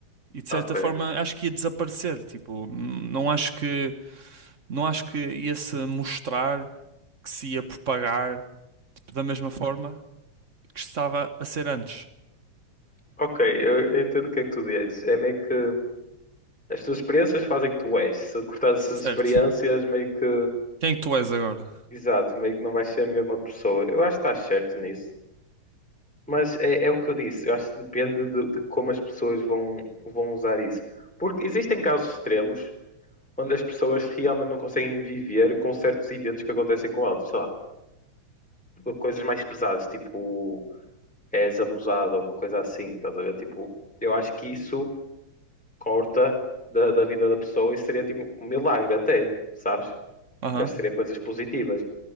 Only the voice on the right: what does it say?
E de
certa forma acho que ia desaparecer, tipo, n- não acho que, não acho que ia se mostrar que se ia propagar tipo, da mesma forma que estava a ser antes,
certo?
Quem tu és agora?
Aham,